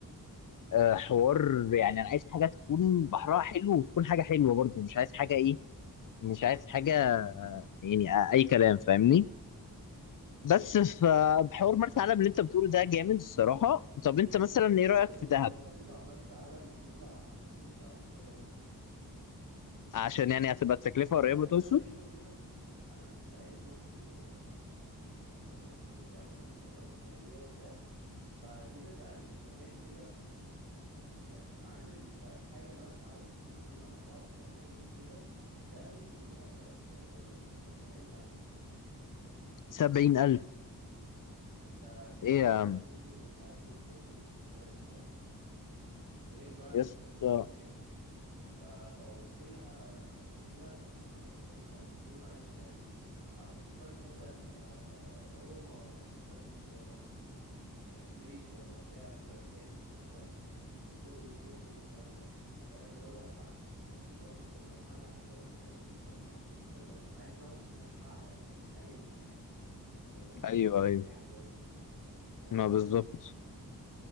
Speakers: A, on the left; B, on the right.
A: آه، حوار يعني انا عايز حاجه تكون بحرها حلو وتكون حاجه حلوه برضو مش عايز حاجه ايه مش عايز حاجه آه، يعني آه، اي كلام فاهمني بس فبحوار
B: عارف
A: مرسى علم اللي انت بتقوله ده جامد الصراحه طب انت مثلا ايه
B: يا
A: رايك
B: اسطى
A: في
B: بس
A: دهب
B: لو هتطلع مرسى علم ما تطلع ما تطلع يا اسطى بره مصر
A: عشان يعني هتبقى التكلفه
B: ما هو
A: قريبه
B: انا أصل
A: توصل
B: انا بيني وبينك انا كنت عايز برضه آه، كنت بفكر انا وخطيبتي عمالين نفكر في الموضوع وبتاع فجينا سألت في مكان كده في- آه، كان عامل مش عارف حاجه مرسى علم والجونه مع بعض مش عارف كام يوم كده سألت بيقولوا لها مش عارف آه، سبعين ألف
A: 70000
B: ده كده
A: ايه
B: اللي
A: يا
B: هو
A: عم
B: الفندق والأكل والشرب والانتقالات فاهم غير بقى اللي
A: يا اسطى
B: انت هتصرفه هناك ف- فقلت لها قلت لها طب ما احنا ما السبعين ألف دول معلش يعني آه، تذكرة مثلا آه، روما ولا تذكرة آه، آه، جريس ولا بتاع هتبقى بكام التذكرة والف- والفندق والكلام ده فاهم اللي هو لو هدفع نفس البادجت ولا لو هعلى عن البادجت حاجة بسيطة طب ما تسافر بره مع ان انا واثق ان انا مش هعلى يعني ممكن اقل كمان لو ظبطت
A: ايوه
B: مع شركة
A: ايوه
B: سياحة كويسة فاهم
A: ما بالظبط